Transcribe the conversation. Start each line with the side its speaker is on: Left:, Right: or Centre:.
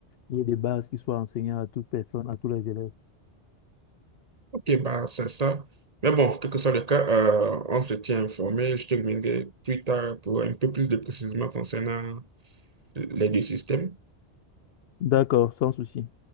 Left: y ait des bases qui soient enseignées à toute personne, à tous les élèves.
Right: Ok, bah, c'est ça. Mais bon, quel que soit le cas, euh, on se tient informé. Je te reviendrai plus tard pour un peu plus de précisions concernant les deux systèmes.
Left: D'accord, sans souci.